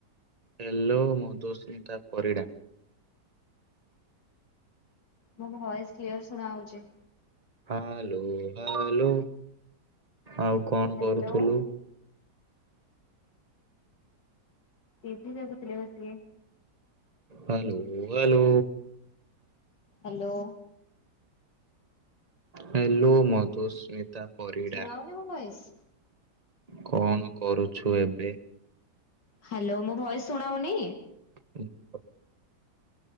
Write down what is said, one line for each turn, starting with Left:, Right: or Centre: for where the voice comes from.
Right: ହେଲୋ ମଧୁସ୍ମିତା ପରିଡ଼ା।
Left: ମୋ ଭଏସ୍ କ୍ଲିୟର ଶୁଣାହଉଛି।
Right: ହାଲୋ ହାଲୋ ଆଉ କଣ
Left: ହ୍ୟାଲୋ
Right: କରୁଥୁଲୁ। <inaudible>
Left: ଟିଭି ଦେଖୁଥିଲି ବସିକି।
Right: Hello hello.
Left: Hello.
Right: Hello Madhusmita. Parida
Left: ଶୁଣାହଉନି ମୋ ଭଏସ୍?
Right: କଣ କରୁଛୁ ଏବେ?
Left: ହ୍ୟାଲୋ ମୋ ଭଏସ୍ ଶୁଣାହୋଉନି?
Right: ହୁଁ।